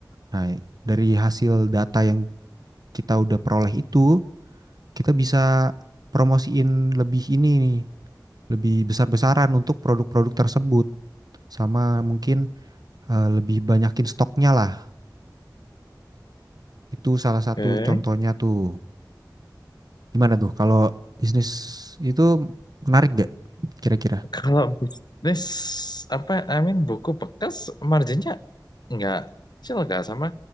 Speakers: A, on the right (about 60°); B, on the left (about 70°).
A: Nah, dari hasil data yang kita udah peroleh itu, kita bisa promosiin lebih ini nih, lebih besar-besaran untuk produk-produk tersebut. Sama mungkin eh, lebih banyakin stoknya lah. Itu salah satu
B: Oke.
A: contohnya tuh. Gimana tuh kalau bisnis itu menarik gak kira-kira?
B: Kalau bisnis apa I mean buku bekas marginnya nggak kecil nggak sama